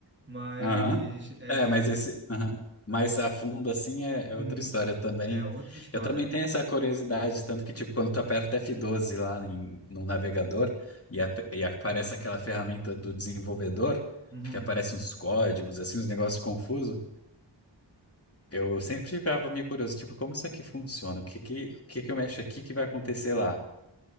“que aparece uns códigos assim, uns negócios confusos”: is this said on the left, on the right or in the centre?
Left